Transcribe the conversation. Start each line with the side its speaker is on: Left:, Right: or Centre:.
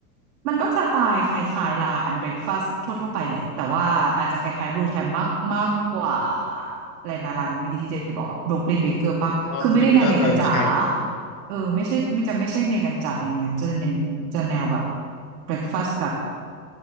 Right: มันก็จะตายคล้ายๆร้านเบรคฟาสต์ทั่วๆไปแหละแต่ว่าอาจจะคล้ายๆบลูแทมมากมากกว่าอะไรนะร้านเมื่อกี้ที่เจ๊บอกบรูคลินเบเกอร์ปะคือไม่ได้แนวอเมริกันจ๋า
Left: อ๋อบรูคลินเบเกอร์เออใช่
Right: เออไม่ใช่ไม่จะไม่ใช่อเมริกันจ๋าอย่างนั้นจะเน้นจะแนวแบบเบรคฟาสต์แบบ